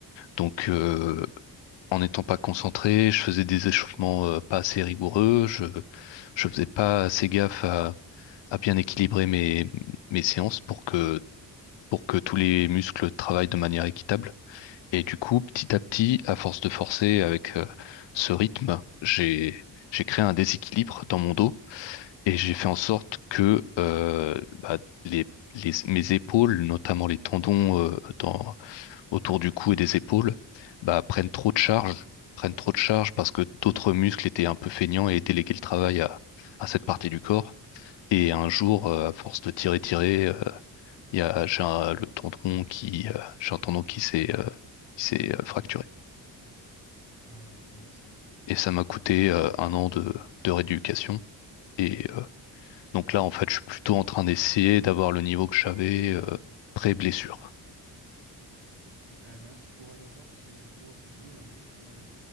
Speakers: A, on the left; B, on the right.
A: Donc, euh, en n'étant pas concentré, je faisais des échauffements euh, pas assez rigoureux, je je faisais pas assez gaffe à, à bien équilibrer mes mes séances pour que pour que tous les muscles travaillent de manière équitable. Et du coup, petit à petit, à force de forcer avec euh, ce rythme, j'ai j'ai créé un déséquilibre dans mon dos et j'ai fait en sorte que euh, bah, les, les- mes épaules, notamment les tendons euh, dans, autour du cou et des épaules, bah, prennent trop de charge, prennent trop de charge parce que d'autres muscles étaient un peu feignants et déléguaient le travail à, à cette partie du corps. Et un jour, euh, à force de tirer, tirer, euh, il y a, j'ai un, le tendon qui, euh, j'ai un tendon qui s'est euh, qui s'est euh, fracturé
B: Ah ouais, mince.
A: et ça
B: Ok.
A: m'a coûté euh, un an de, de rééducation. Et euh, donc là, en fait, je suis plutôt en train d'essayer d'avoir le niveau que j'avais euh, pré-blessure.
B: Eh ben, courage à toi, parce qu'effectivement, c'est dur. Et en plus, euh,